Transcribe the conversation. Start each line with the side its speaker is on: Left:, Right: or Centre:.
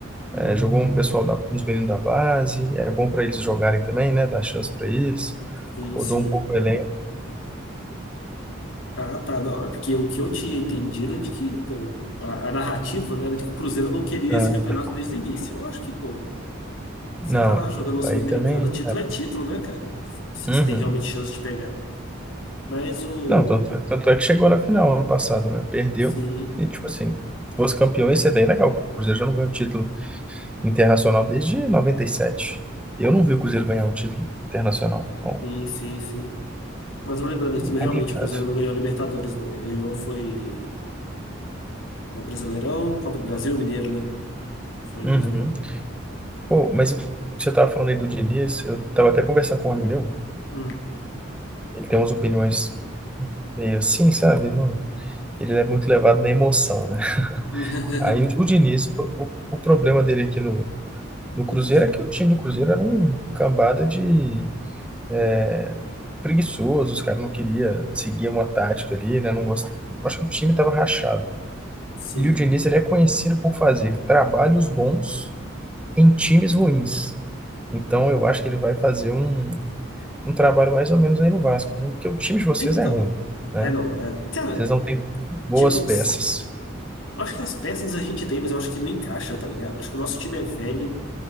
Centre: é, jogou um pessoal, da, uns meninos da base, é bom para eles jogarem também, né? Dar chance para eles,
Left: Sim,
Centre: rodou
Left: sim.
Centre: um pouco o elenco.
Left: Ah, tá, não. É porque o que eu tinha entendido é de que, pô, a, a narrativa, né, era de que o Cruzeiro não queria
Centre: Não,
Left: esse campeonato desde o início. Eu acho que, pô, você
Centre: não,
Left: tá lá jogando uma Sul-Americana,
Centre: aí também.
Left: título é título, né, cara? Se
Centre: Uhum.
Left: você tem realmente chance de pegar. Mas o.
Centre: Não, tanto, tanto é que chegou na final ano passado, né? Perdeu.
Left: Sim,
Centre: E, tipo assim, se fosse campeão, ia ser bem legal. O Cruzeiro já não ganha um título internacional desde 97. E sete. E eu não vi o Cruzeiro ganhar um título internacional. Então,
Left: sim, sim, sim. Mas eu lembrando aqui,
Centre: é
Left: mas
Centre: complicado.
Left: realmente o Cruzeiro não ganhou a Libertadores, não. Ele ganhou foi no Brasileirão, Copa do Brasil e Mineiro, né? Foi em
Centre: Uhum.
Left: 2011.
Centre: Pô, mas o que você tava falando aí do Diniz, eu tava até conversando com um amigo meu.
Left: Hum.
Centre: Ele tem umas opiniões meio assim, sabe? Ele, não- ele é muito levado na emoção, né?
Left: <laughs>
Centre: Aí o, o Diniz, o, o- o problema dele aqui no, no Cruzeiro
Left: No Cruzeiro.
Centre: é que o time do Cruzeiro era um cambada de É, preguiçoso, os caras não queriam seguir uma tática ali, né? Não gost... Acho que o time estava rachado.
Left: Sim.
Centre: E o Diniz ele é conhecido por fazer trabalhos bons em times ruins. Então eu acho que ele vai fazer um, um trabalho mais ou menos aí no Vasco, viu? Porque o time de vocês
Left: Então.
Centre: é ruim, né?
Left: É, não. É, cara,
Centre: Vocês não têm boas
Left: tipo,
Centre: peças.
Left: s- eu acho que as peças a gente tem, mas eu acho que não encaixa, tá ligado? Acho que o nosso time é velho